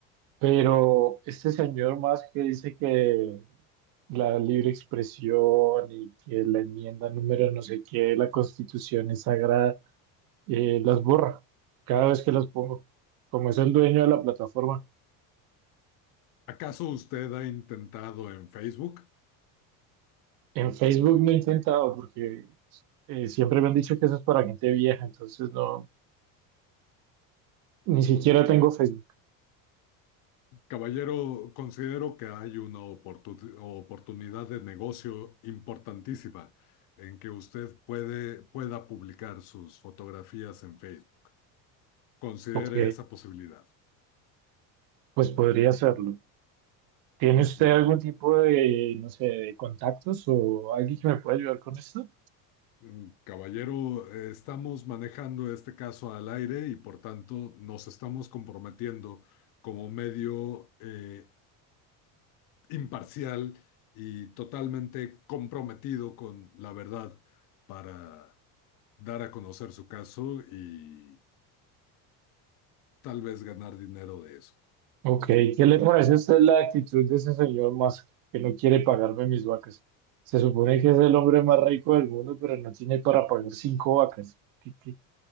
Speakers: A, on the right; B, on the left.
A: pero este señor más que dice que la libre expresión y que la enmienda número no sé qué de la Constitución es sagrada. eh, las borra cada vez que las pongo. Como es el dueño de la plataforma.
B: ¿Acaso usted ha intentado en Facebook?
A: En Facebook no he intentado porque eh, siempre me han dicho que eso es para gente vieja, entonces no, ni siquiera tengo Facebook.
B: Caballero, considero que hay una oportu- oportunidad de negocio importantísima en que usted puede, pueda publicar sus fotografías en Facebook. Considere
A: Ok,
B: esa posibilidad.
A: pues podría hacerlo. ¿Tiene usted
B: Mm,
A: algún tipo de, no sé, de contactos o alguien que me pueda ayudar con esto?
B: mm, Caballero, eh, estamos manejando este caso al aire y por tanto nos estamos comprometiendo como medio eh, imparcial y totalmente comprometido con la verdad para dar a conocer su caso y tal vez ganar dinero de eso.
A: Ok, ¿qué le parece a usted la actitud de ese señor Musk que no quiere pagarme mis vacas? Se supone que es el hombre más rico del mundo, pero no tiene para pagar cinco vacas. ¿Qué, qué-